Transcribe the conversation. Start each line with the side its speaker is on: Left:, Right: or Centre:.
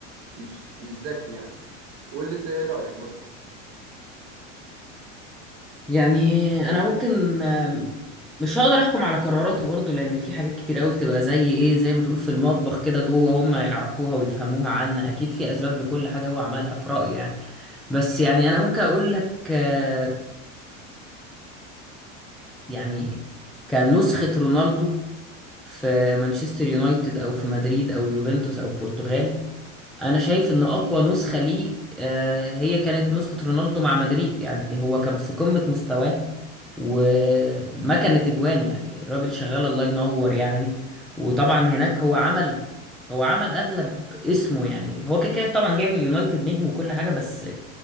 Right: مش مش ذكي يعني واللي انت ايه رأيك برضو
Centre: يعني انا ممكن آم، مش هقدر احكم على قراراته برضو لان في حاجات كتير قوي بتبقى زي ايه زي ما تقول في المطبخ كده جوه هم يعرفوها ويفهموها عنا اكيد في اسباب لكل حاجة هو عملها في رأيي يعني بس يعني انا ممكن اقول لك آه، يعني كنسخة رونالدو في مانشستر يونايتد او في مدريد او يوفنتوس او البرتغال انا شايف ان اقوى نسخة ليه آه، هي كانت نسخة رونالدو مع مدريد يعني هو كان في قمة مستواه وما كانت اجوان يعني الراجل شغال الله ينور يعني وطبعا هناك هو عمل هو عمل اغلب اسمه يعني هو كده كده طبعا جاي من اليونايتد نجم وكل حاجة بس